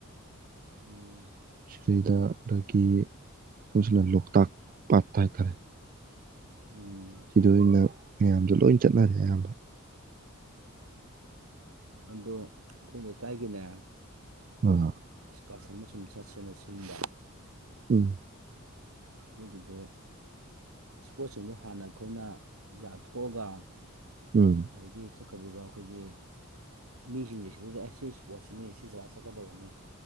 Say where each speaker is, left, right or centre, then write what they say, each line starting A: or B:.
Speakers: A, on the right (about 80°); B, on the right (about 40°).
A: ꯎꯝ
B: ꯁꯤꯗꯩꯗ ꯑꯗꯒꯤ ꯁꯝ ꯁꯅ ꯂꯣꯛꯇꯥꯛ ꯄꯥꯠꯇ ꯍꯥꯏꯇꯥꯔꯦ
A: ꯎꯝ <inaudible> <unintelligible>
B: ꯁꯤꯗ ꯑꯣꯏꯅ ꯃꯌꯥꯝꯗꯣ ꯂꯣꯏ ꯆꯠꯅꯔꯦ ꯑꯌꯥꯝꯕꯗꯣ
A: ꯑꯗꯣ ꯑꯩꯈꯣꯏ ꯂꯩꯀꯥꯏꯒꯤꯅꯦ
B: ꯍꯝ ꯍꯣꯏ <unintelligible> <inaudible>
A: ꯏꯁꯀꯔꯁꯟ ꯑꯃꯁꯨꯡ ꯆꯠ ꯁꯦꯅ ꯁꯤꯟꯕ
B: ꯎꯝ
A: ꯑꯗꯨꯒꯤꯗꯨ ꯏꯁꯄꯣꯔꯠꯁꯤꯡꯗꯣ ꯍꯥꯟꯅ ꯑꯩꯈꯣꯏꯅ ꯌꯥꯊꯣꯛꯑꯒ
B: ꯎꯝ
A: ꯑꯗꯒꯤ ꯆꯠꯀꯗꯕ ꯑꯩꯈꯣꯏꯒꯤ ꯃꯤꯁꯤꯡꯁꯤ ꯁꯤꯗꯩꯗ ꯁꯤ ꯏꯁꯄꯣꯔꯠꯁꯤꯅꯤ ꯁꯤ ꯖꯒꯥ ꯆꯠꯀꯗꯕꯅꯤ